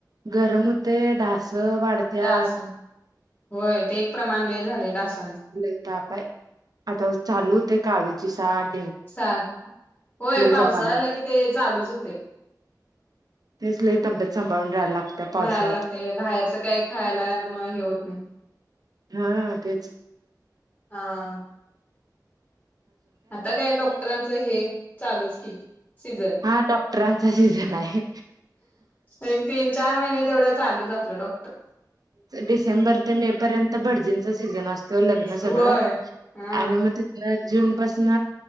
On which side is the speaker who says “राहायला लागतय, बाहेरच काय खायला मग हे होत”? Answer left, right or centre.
Left